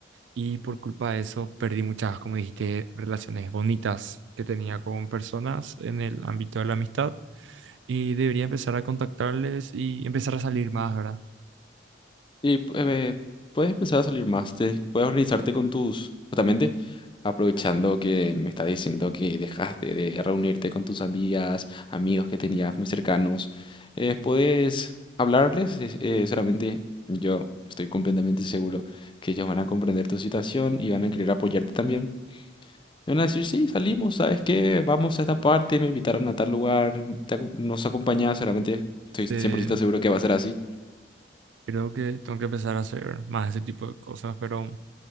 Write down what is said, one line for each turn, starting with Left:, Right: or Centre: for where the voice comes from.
Right: y por culpa de eso perdí muchas, como dijiste, relaciones bonitas que tenía con personas en el ámbito de la amistad y debería empezar a contactarles y empezar a salir más, ¿verdad?
Left: Sí, pu- eh, puedes empezar a salir más, te, puedes organizarte con tus, justamente aprovechando que me estás diciendo que dejaste de reunirte con tus amigas, amigos que tenías muy cercanos, eh, puedes hablarles, es- eh, solamente yo estoy completamente seguro que ellos van a comprender tu situación y van a querer apoyarte también. Te van a decir, sí, salimos, ¿sabes qué? Vamos a esta parte, me invitaron a tal lugar, te acom- nos acompañas, solamente estoy
Right: Se-
Left: cien por ciento seguro que va a ser así.
Right: creo que tengo que empezar a hacer más ese tipo de cosas, pero